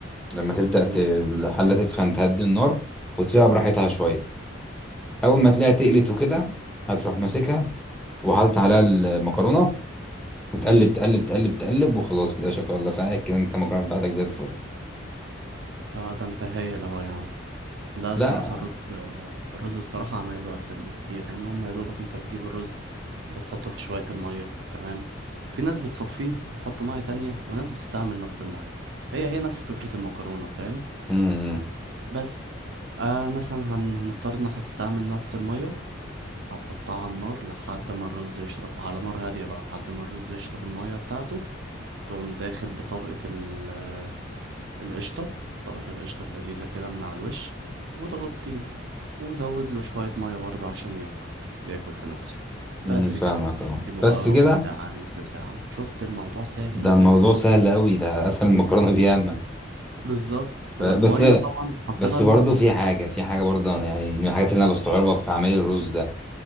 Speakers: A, in the centre; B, on the right (about 65°).
A: لما تبدأ
B: امم
A: ت... الحلة تسخن تهدي النار وتسيبها براحتها شوية اول ما تلاقيها تقلت وكده هتروح ماسكها وحاطط عليها المكرونة وتقلب
B: امم
A: تقلب تقلب تقلب وخلاص كده شكرا الله ساعدك كده انت المكرونة بتاعتك زي الفل
B: طب ده انت هايل اهو يا عم لا الصراحة
A: لا
B: الرز الرز الصراحة عمايله اسهل بكتير يعني هما يا دوبك انت بتجيب الرز بتحطه في شوية المية تمام في ناس بتصفيه وتحط مية تانية وناس بتستعمل نفس المية هي هي نفس فكرة المكرونة فاهم
A: امم
B: بس آه مثلا هن... هنفترض انك هتستعمل نفس المية هتحطها على النار لحد ما الرز يشرب على نار هادية بقى لحد ما الرز يشرب المية بتاعته تقوم داخل بطبقة ال... آه، القشطة طبقة القشطة اللذيذة كده من على الوش وتغطيه وزود له شوية مية برضه عشان ياكل ياكل في نفسه بس
A: أمم، فاهمك
B: كده يا زميلي.
A: اه
B: سيبه
A: بس
B: بقى ربع
A: كده
B: ساعة نص ساعة شفت الموضوع سهل
A: ده الموضوع
B: جدا
A: سهل قوي ده اسهل من المكرونة بياما
B: بالظبط والمية
A: ف- بس
B: طبعا بحط
A: بس
B: لها الملح
A: برضه في حاجة في حاجة برضه أنا يعني من الحاجات اللي أنا بستغربها في عمل الرز ده